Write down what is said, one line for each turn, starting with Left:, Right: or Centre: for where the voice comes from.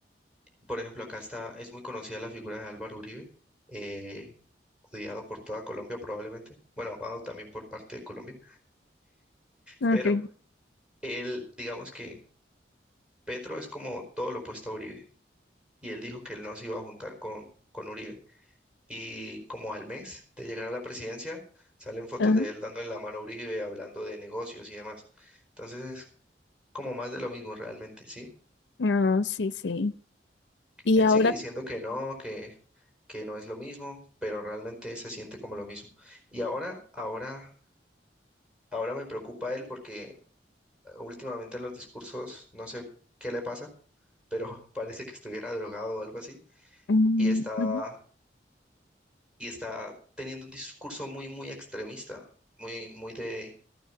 Centre: Por ejemplo, acá está, es muy conocida la figura de Álvaro Uribe. eh, odiado por toda Colombia probablemente, bueno, amado también por parte de Colombia,
Left: Ok.
Centre: pero él, digamos que Petro es como todo lo opuesto a Uribe, y él dijo que él no se iba a juntar con, con Uribe. Y como al mes de llegar a la presidencia, salen fotos
Left: Ajá.
Centre: de él dándole la mano a Uribe, hablando de negocios y demás. Entonces es como más de lo mismo realmente, ¿sí?
Left: Ah, sí, sí. Y
Centre: Él
Left: ahora,
Centre: sigue diciendo que no, que, que no es lo mismo, pero realmente se siente como lo mismo. Y ahora, ahora, ahora me preocupa él porque últimamente en los discursos, no sé qué le pasa, pero <laughs> parece que estuviera drogado o algo así,
Left: mm,
Centre: y está,
Left: ujú.
Centre: y está teniendo un discurso muy, muy extremista, muy, muy de,